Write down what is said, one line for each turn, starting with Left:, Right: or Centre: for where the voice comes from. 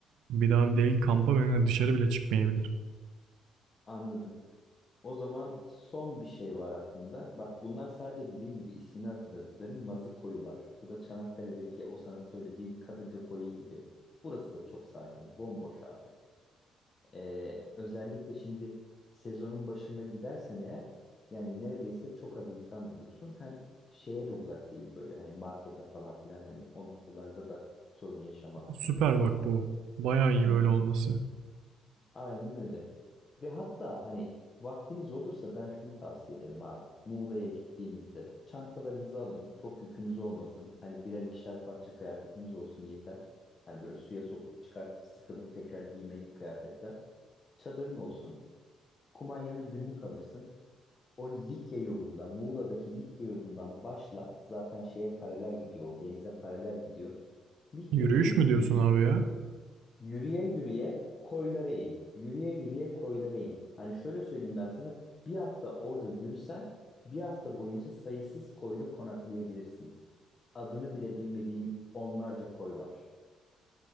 Right: bir daha değil kampa benimle dışarı bile çıkmayabilir.
Left: anladım. O zaman son bir şey var aklımda. Bak bunlar sadece dediğim gibi ismini hatırladıklarım Mazı Koyu var. Bu da Çanakkale'deki o sana söylediğim Kadırga Koyu gibi. Burası da çok sakin, bomboş abi. Ee, özellikle şimdi sezonun başında gidersen eğer yani neredeyse çok az insan bulursun. Hem şeye de uzak değil böyle hani markete falan filan hani o noktalarda da sorun yaşamazsın.
Right: Süper bak bu. Bayağı iyi
Left: Hı
Right: böyle
Left: hı.
Right: olması.
Left: Aynen öyle. Ve hatta hani vaktiniz olursa ben şunu tavsiye ederim abi. Muğla'ya gittiğinizde çantalarınızı alın. Çok yükünüz olmasın. Hani birer ikişer parça kıyafetiniz olsun yeter. Hani böyle suya sokup çıkartıp sıkılıp tekrar giymelik kıyafetler. Çadırın olsun. Kumanyanı günlük alırsın. O Likya yolunda, Muğla'daki Likya yolundan başla. Zaten şeye paralel gidiyor. O denize paralel gidiyor. Likya
Right: Yürüyüş
Left: yolunda
Right: mü
Left: yürü-
Right: diyorsun abi ya?
Left: Yürüye yürüye koylara in. Yürüye yürüye koylara in. Hani şöyle söyleyeyim ben sana. Bir hafta orada yürüsen bir hafta boyunca sayısız koyda konaklayabilirsin. Adını bile bilmediğim onlarca koy var.